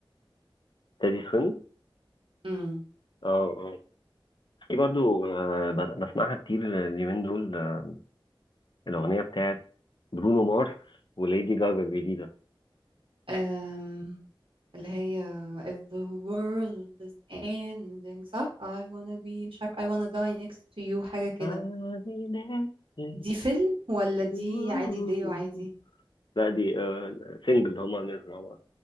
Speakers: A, on the left; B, on the right.
A: تادي سويم
B: امم
A: اه آه. في برضو آه، ب- بسمعها كتير اليومين دول آه، الأغنية بتاعت برونو مارس وليدي جاجا الجديدة
B: آه. اللي هي if the world is ending صح I wanna be مش عارف I wanna die next to you حاجة كده
A: I'll be next to
B: دي فيلم ولا دي
A: you.
B: عادي ديو عادي
A: لا دي آه سنجل هما عاملينها مع بعض